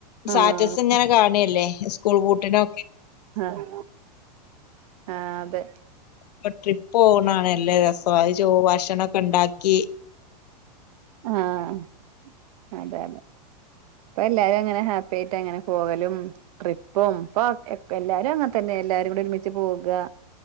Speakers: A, on the right; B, on the left.
A: ആഹ്
B: സാറ്റസ് ഇങ്ങനെ കാണല്ലേ സ്കൂൾ ബൂട്ടിനൊ
A: ആഹ് ആ അതെ
B: ഇപ്പ ട്രിപ്പ് പോണ്ണാണ് എല്ലേ രസ്സം അത്‌ ചൊവ് ഭക്ഷണൊക്കെണ്ടാക്കി
A: ആഹ് അതെ അതെ ഇപ്പ എല്ലാരും അങ്ങനെ ഹാപ്പി ആയിട്ട് അങ്ങനെ പോകലും ട്രിപ്പും ഇപ്പൊ ഒ ക്കെ എല്ലാരും അങ്ങൻതന്നെ എല്ലാരും കൂടി ഒരുമിച്ച് പോകാ